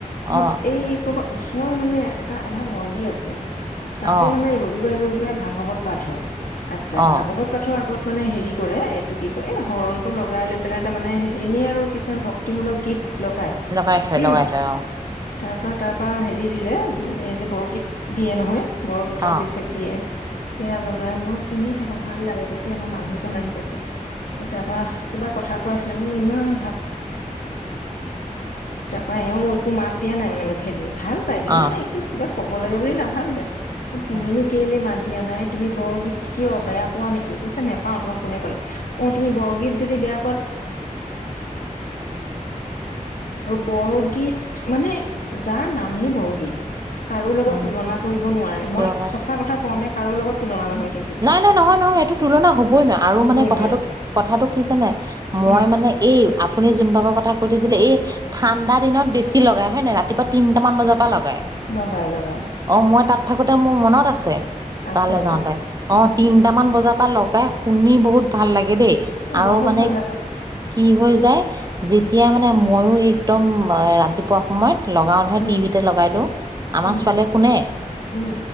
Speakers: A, on the left; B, on the right.
A: ম
B: অ
A: এই ক'বাত ওচৰ মানে এটা এভাগ মন্দিৰ আছে তাতে
B: অ
A: মানে ৰবিবাৰৰ ভাগৱত পাঠ হয় আচ্ছা
B: অ
A: ভাগৱত পাঠৰ আগত মানে হেৰি কৰে এইটো কি কয় এই হৰণটো লগাই লৈ পেলাই তাৰমানে এনেই আৰু কিছুমান ভক্তিমূলক গীত লগাই
B: লগাইছ
A: উম
B: লগাইছ অ।
A: তাৰ পৰা তাৰ পৰা হেৰি দিলে উ এই যে বৰগীত দিয়ে নহয় বৰগীতৰ
B: অ
A: কেচেট দিয়ে সেয়া লগাই মই শুনি থাকো ভাল লাগে তেতিয়া আমাৰ মানুহজন আহি পাইছে। তাৰাপা কিবা কথা কৈ আছিলে মোৰ ইমান তাৰ পৰাা এওঁ একো মাত দি ভাল পায় কিন্তু
B: অ
A: মানে একো কিবা ক'ব লাগে বুলি নাভাবিলে মোক তুমিনো
B: অ
A: কেলে মাত দিয়া নাই তুমি বৰগীত কিয় বেয়া পোৱা নেকি কৈছা নাপাও তোমাক কোনে ক'লে অ তুমি বৰগীত যদি বেয়া বৰগীত মানে যাৰ নামেই বৰগীত কাৰো লগত
B: উম
A: তুলনা কৰিব নোৱাৰে
B: তুলনা
A: মই সঁচা কথা কওঁ নে কাৰো লগত তুলনা নহয়। কিন্তু
B: নাই নাই নহয় নহয় এইটো তুলনা হবই নোৱয় আৰু
A: হ'বই
B: মানে কথাটো
A: নোৱাৰে
B: কি কথাটো কি জানে মই
A: উম
B: মানে এই আপু আপোনি যোন ভাগৰ কথা সুধিছিলে এই ঠাণ্ডা দিনত বেছি লগাই হয় নে ৰাতিপুৱা তিনটা মান বজাৰ পৰা লগাই।
A: লগাই লগাই
B: উম অ' মই তাত থাকোতে মোৰ মনত আছে
A: আছে
B: তালৈ যাওঁতে।
A: ন
B: অ'
A: উম
B: তিনিটামান বজাৰ পৰা লগাই শুনি বহুত ভাল লাগে দেই।
A: এই
B: আৰু
A: বহুত
B: মানে
A: ভাল লাগে
B: কি হৈ যায় যেতিয়া মানে ময়ো একদম ৰাতিপুৱা সময়ত লগাও নহয়
A: উম
B: টিভিতে লগাই দিওঁ আমাৰ
A: উম
B: ছোৱালীয়ে শুনে,
A: উম